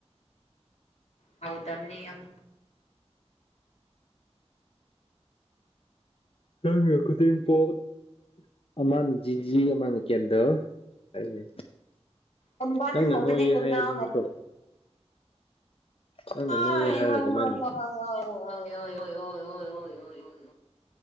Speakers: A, on the left (about 80°); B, on the left (about 55°).
A: ꯍꯥꯎꯇꯝꯅꯦ ꯌꯥꯝ꯫
B: ꯅꯪꯅ ꯈꯨꯗꯦꯡ ꯄꯣꯕ꯫ ꯑꯃꯅ ꯖꯤꯖꯤ ꯑꯃꯅ ꯀꯦꯟꯗꯜ ꯑꯩꯌꯦ꯫
A: ꯀꯦꯟꯗꯜ
B: ꯅꯪꯅ
A: ꯍꯥꯏꯕꯅꯦ
B: ꯅꯣꯌꯦ
A: ꯀꯦꯟꯗꯜ
B: ꯍꯥꯏꯕ
A: ꯅꯠꯇꯦ
B: ꯅꯠꯇ꯭ꯔꯣ? ꯅꯪꯅ
A: ꯍꯣꯏ
B: ꯅꯣꯏꯌꯦ ꯍꯥꯏꯔꯒ
A: ꯍꯣꯏ ꯍꯣꯏ
B: ꯃꯥꯅꯤ
A: ꯍꯣꯏ ꯍꯣꯏ ꯍꯣꯢ ꯌꯣꯢ ꯌꯣꯢ ꯌꯣꯢ ꯌꯣꯢ ꯌꯣꯢ ꯌꯣꯢ ꯌꯣꯢ